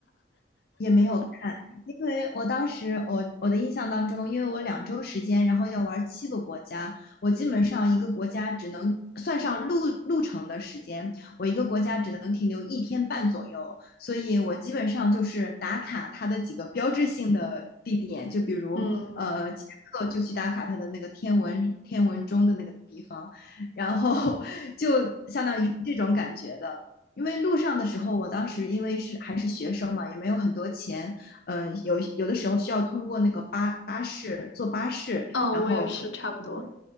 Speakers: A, on the left (about 55°); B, on the left (about 75°).
A: 也没有看，因为我当时我我的印象当中，因为我两周时间，然后要玩七个国家，我基本上一个国家只能算上路路程的时间，我一个国家只能停留一天半左右，所以我基本上就是打卡它的几个标志性的地点，就比如呃捷克就去打卡它的那个天文天文钟的那个地方，
B: 嗯，
A: 然后 <laughs> 就相当于这种感觉的。因为路上的时候，我当时因为是还是学生嘛，也没有很多钱，嗯，有有的时候需要通过那个巴巴士坐巴士，
B: 哦，
A: 然后从
B: 我也是差不多。